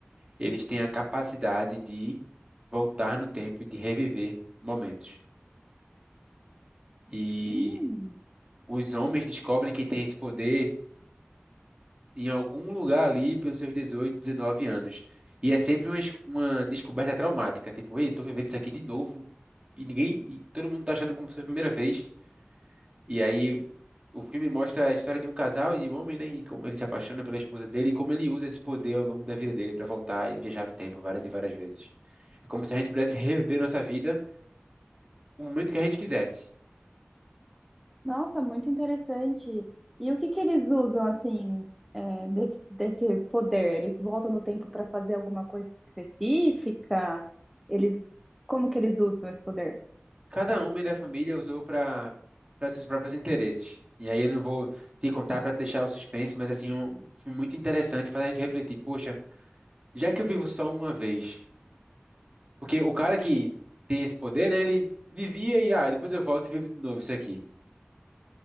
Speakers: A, on the right; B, in the centre.
A: Eles têm a capacidade de voltar no tempo e de reviver momentos. E
B: Hum,
A: os homens descobrem que têm esse poder em algum lugar ali pelos seus 18, 19 anos. E é sempre uma, es- uma descoberta traumática, tipo, ei, tô vivendo isso aqui de novo, e ninguém, e todo mundo tá achando como se fosse a primeira vez. E aí o filme mostra a história de um casal e o homem, né, e como ele se apaixona pela esposa dele e como ele usa esse poder ao longo da vida dele para voltar e viajar no tempo várias e várias vezes. É como se a gente pudesse reviver nossa vida no momento que a gente quisesse.
B: nossa, muito interessante. E o que que eles usam assim é, desse, desse poder? Eles voltam no tempo para fazer alguma coisa específica? Eles, como que eles usam esse poder?
A: Cada homem da família usou para para seus próprios interesses. E aí eu não vou te contar para te deixar o suspense, mas assim, um filme muito interessante, faz a gente refletir, poxa, já que eu vivo só uma vez, porque o cara que tem esse poder, né, ele vivia e ah, depois eu volto e vivo de novo isso aqui.